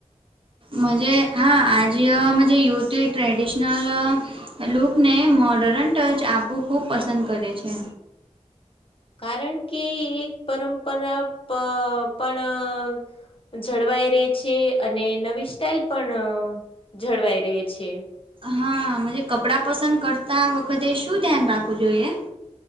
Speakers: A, on the right; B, on the left.
A: મજૈ હા આજજ યુતી ટ્રેડિશનલ લુકને મોડર્ન ટચ આપવું ખૂબ પસંદ કરે છે.
B: કારણ કે એક પરંપરા પણ જળવાઈ રહે છે અને નવી સ્ટાઇલ પણ જળવાઈ રહે છે.
A: હા મજે કપડાં પસંદ કરતા વખતે શું ધ્યાન રાખવું જોઈએ.